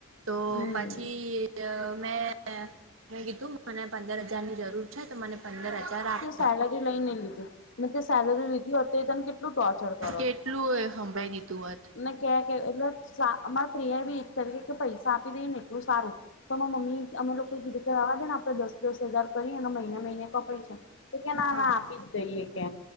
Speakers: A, on the right; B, on the left.
A: તો
B: હમ
A: પછી મેં મેં કીધું મને પંદર હજાર ની જરૂર છે, તો મને પંદર હજાર આપ
B: સેલેરી લઈ ને લીધી ને તે સેલરી લીધી તને કેટલું ટોર્ચર કરો
A: કેટલું એ સંભળાઈ દીધું હોત
B: ના કે કે એટલે સા અમારા પ્રિયા એ બી એક કરી કે પૈસા આપી દઈને એટલું સારું તોમાં મમ્મી અમે લોકો કીધુ કે રેવા દેને દસ દસ હજાર કરી અને મહિને કપસુ તો કે ના
A: હા
B: ના આપી જ દઈએ કે